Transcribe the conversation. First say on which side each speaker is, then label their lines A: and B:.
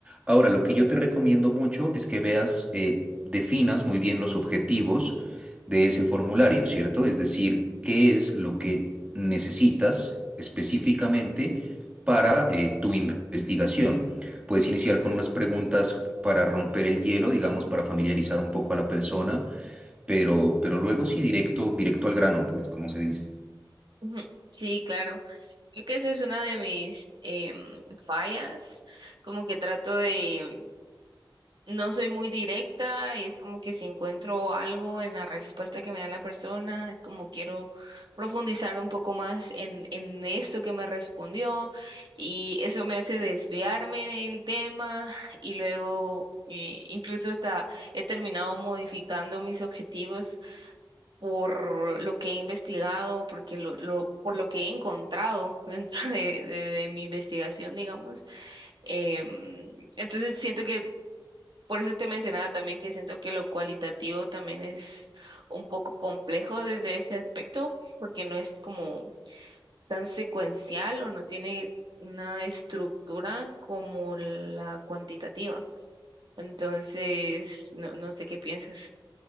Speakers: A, on the right (about 15°); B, on the right (about 65°).
A: Ahora, lo que yo te recomiendo mucho es que veas, eh, definas muy bien los objetivos de ese formulario, ¿cierto? Es decir, qué es lo que necesitas específicamente para eh, tu investigación. Puedes iniciar con unas preguntas para romper el hielo, digamos, para familiarizar un poco a la persona, pero, pero luego sí directo, directo al grano, pues, como se dice.
B: Ujú. Sí, claro. Creo que esa es una de mis em, fallas, como que trato de... No soy muy directa y es como que si encuentro algo en la respuesta que me da la persona, es como quiero profundizar un poco más en, en eso que me respondió y eso me hace desviarme del tema <laughs> y luego eh, incluso hasta he terminado modificando mis objetivos por lo que he investigado, porque lo, lo, por lo que he encontrado <laughs> dentro de, de de mi investigación, digamos. Em, entonces siento que por eso te mencionaba también que siento que lo cualitativo también es un poco complejo desde ese aspecto, porque no es como tan secuencial o no tiene una estructura como la cuantitativa. Entonces, no, no sé qué piensas.